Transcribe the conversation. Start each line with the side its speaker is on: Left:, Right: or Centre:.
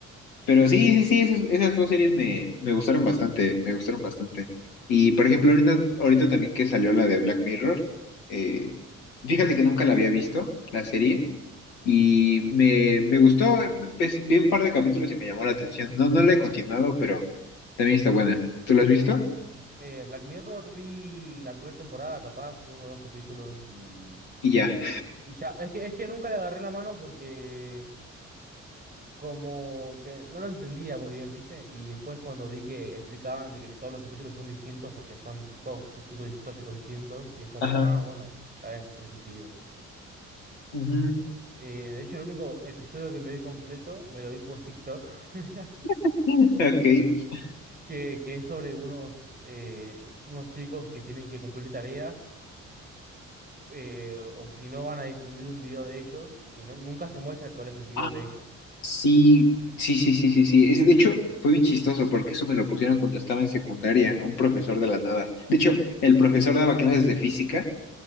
Left: Pero sí, sí, sí, esas, esas dos series me, me gustaron bastante, me gustaron bastante. Y por ejemplo, ahorita, ahorita también que salió la de Black Mirror, eh, fíjate que nunca la había visto, la serie, y me, me gustó, empecé- vi un par de capítulos y me llamó la atención. No, no la he continuado, pero también está buena. ¿Tú la has visto?
Right: Eh, Black Mirror vi la primera temporada, capaz, uno o dos capítulos y,
Left: Y ya.
Right: y ya. Es que, es que nunca le agarré la mano porque como que no lo entendía muy bien, ¿viste? Y después cuando vi que explicaban de que, que todos los capítulos son distintos porque son todos futuros distópicos distintos y es como,
Left: Ajá.
Right: ah, bueno, está bien, tiene sentido.
Left: Ujú.
Right: Eh, de hecho, el único episodio que me vi completo me lo vi por TikTok, <laughs>
Left: <laughs>
Right: que, que es sobre unos, eh, unos chicos que tienen que cumplir tareas eh, o si no van a difundir un video de ellos y no- nunca se muestra cuál es el video
Left: Ok.
Right: de ellos.
Left: Sí, sí, sí, sí, sí, sí. Ese, de hecho, fue bien chistoso porque eso me lo pusieron cuando estaba en secundaria, un profesor de la nada. De hecho, el profesor daba clases de física